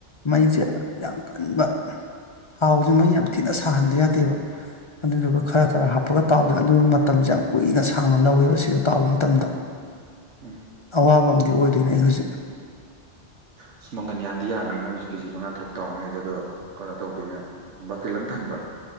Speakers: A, on the left; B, on the right.
A: ꯃꯩꯁꯦ ꯌꯥꯝ ꯀꯟꯕ ꯍꯥꯎꯁꯤ ꯃꯩ ꯌꯥꯝ ꯊꯤꯅ ꯁꯥꯍꯟꯗꯕ ꯌꯥꯗꯦꯕ ꯑꯗꯨꯗꯨꯒ ꯈꯔ ꯈꯔ ꯍꯥꯞꯄꯒ ꯇꯥꯎꯗꯥ ꯑꯗꯨꯅ ꯃꯇꯝꯁꯦ ꯌꯥꯝ ꯀꯨꯏꯅ ꯁꯥꯡꯅ ꯂꯧꯋꯦꯕ ꯁꯤ ꯇꯥꯎꯕ ꯃꯇꯝꯗ <inaudible>
B: ꯎꯝ
A: ꯑꯋꯥꯕ ꯑꯝꯗꯤ ꯑꯣꯏꯗꯣꯏꯅꯦ ꯑꯩ ꯍꯨꯖꯤꯛ
B: ꯑꯁ ꯃꯪꯒꯟ ꯌꯥꯝꯗꯤ ꯌꯥꯝꯃꯦ ꯅ ꯍꯨꯖꯤꯛ ꯀꯦꯖꯤ ꯃꯉꯥ ꯇꯔꯨꯛ ꯇꯥꯎꯅꯦ ꯑꯗꯨꯗ‌ꯣ ꯀꯅꯣ ꯇꯧꯗꯣꯏꯅꯦ ꯕꯥꯇꯤꯜ ꯑꯝ ꯊꯟꯕ꯭ꯔꯣ